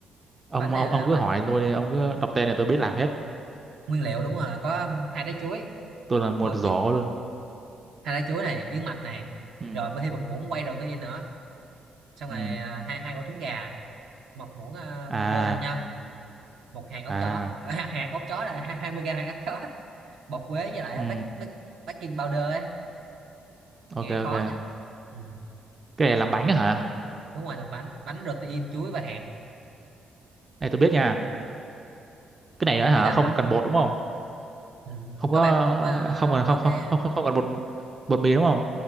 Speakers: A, on the right; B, on the right.
A: ông
B: bánh này
A: ông
B: là
A: ông cứ
B: bánh
A: hỏi tôi đi, ông cứ đọc tên này tôi biết làm hết
B: nguyên liệu đúng rồi là có hai trái chuối
A: tôi là một
B: một
A: giỏ
B: yến
A: luôn
B: hai trái chuối này yến mạch này
A: ừ
B: rồi mới thêm một muỗng quay protein nữa xong
A: ừ
B: rồi à, hai hai quả trứng gà một muỗng à,
A: à
B: bơ hạnh nhân một hạt óc
A: à
B: chó <laughs> hạt óc chó là hai- mươi gram hạt óc chó <laughs> bột quế với lại
A: ừ
B: bác bác baking powder ấy nghe
A: ok
B: khó
A: ok
B: nha ừ.
A: cái này làm bánh á hả
B: đúng rồi làm bánh bánh protein chuối và hạt
A: này tôi biết nha cái này
B: này
A: á hả
B: biết làm
A: không
B: hả
A: cần bột đúng không
B: ừ.
A: không có
B: có bạc bột ờ,
A: không cần
B: có
A: không
B: cái
A: không không, không cần bột bột mì đúng không